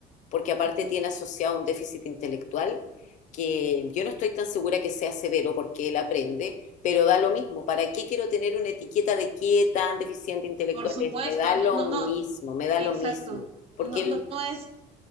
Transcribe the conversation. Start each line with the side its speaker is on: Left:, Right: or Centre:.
Left: porque aparte
Right: Uh -huh.
Left: tiene asociado un déficit intelectual que yo no estoy tan segura que sea severo porque él aprende, pero da lo mismo. ¿Para qué quiero tener una etiqueta de qué tan deficiente intelectual
Right: Por supuesto,
Left: es? Me da
Right: no,
Left: lo
Right: no,
Left: mismo,
Right: no
Left: me da
Right: exacto.
Left: lo mismo, porque
Right: No,
Left: él
Right: no, no, es,